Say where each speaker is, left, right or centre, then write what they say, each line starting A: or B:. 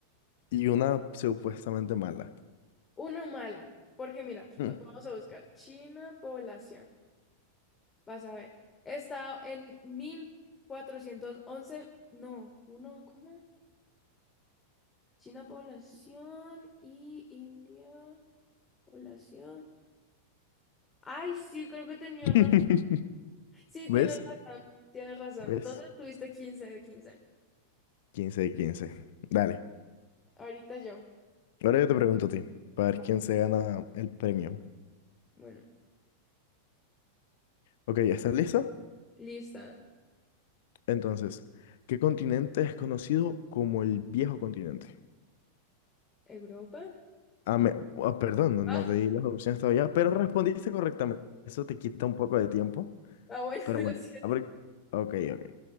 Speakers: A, on the left; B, on the left.
A: y una supuestamente mala.
B: Una mala, porque mira,
A: Mm.
B: va- vamos a buscar China, población. Vas a ver. Está en mil cuatrocientos once No, uno, ¿cómo? China población y India población. Ay, sí, creo que tenía
A: <laughs>
B: error. Sí,
A: ¿Ves?
B: tienes razón, tienes razón.
A: ¿Ves?
B: Entonces tuviste 15 de 15.
A: quince de 15. Dale.
B: Ahorita yo.
A: Ahora yo te pregunto a ti, para
B: Va.
A: ver quién se gana el premio.
B: Bueno,
A: Ok, ¿ya ¿estás lista?
B: lista.
A: Entonces, ¿qué continente es conocido como el viejo continente?
B: Europa.
A: Ah, me- ah, perdón, no,
B: <laughs>
A: no te di las opciones todavía, pero respondiste correctamente. Eso te quita un poco de tiempo,
B: Ah, ah, bueno, <laughs>
A: pero
B: lo
A: bueno.
B: siento.
A: A ver, ok, ok,